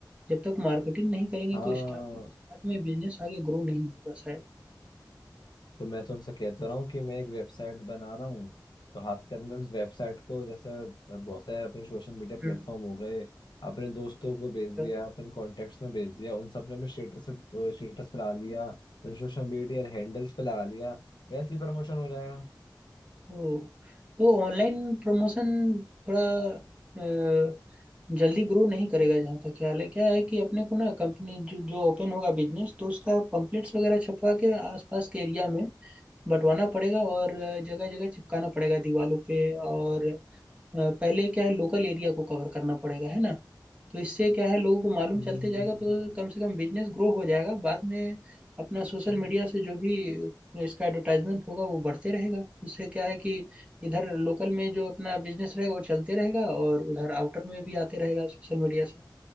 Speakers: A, on the right (about 15°); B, on the left (about 75°).
A: जब तक मार्केटिंग नहीं करेंगे
B: हाँ
A: तो स्टार्ट स्टार्ट में बिजनेस आगे ग्रो नहीं होगा शायद
B: तो मैं तुमसे कह तो रहा हूँ कि मैं एक वेबसाइट बना रहा हूँ तो हाथ के अंदर उस वेबसाइट को जैसे बहुत सारे अपने सोशल मीडिया प्लेटफॉर्म
A: हम्म
B: हो गए अपने दोस्तों को भेज
A: अच्छा।
B: दिया अपने कॉन्टेक्ट्स में भेज दिया उन सब ने हमें स्टेटस स्टेटस पे लगा लिया अपने सोशल मीडिया हैंडल्स पे लगा लिया वैसे ही प्रमोशन हो जाएगा
A: ओ तो ऑनलाइन प्रमोशन थोड़ा अ, जल्दी ग्रो नहीं करेगा जहाँ तक ख्याल है क्या है कि अपने को ना कंपनी जो जो ओपन होगा बिजनेस तो उसका पम्पलेट्स वगैरह छपवा के आसपास के एरिया में बंटवाना पड़ेगा और जगह जगह चिपकाना पड़ेगा दीवारों पे और अ, पहले क्या है लोकल एरिया को कवर करना पड़ेगा है ना तो इससे क्या है लोगों को मालूम
B: हम्म
A: चलते जाएगा
B: हम्म
A: तो कम से कम बिजनेस ग्रो हो जाएगा बाद में अपना सोशल
B: हम्म
A: मीडिया से जो भी इसका एडवर्टाइजमेंट होगा वो बढ़ते रहेगा उससे क्या है कि इधर लोकल में जो अपना बिजनेस रहेगा वो चलते रहेगा और उधर आउटर में भी आते रहेगा सोशल मीडिया से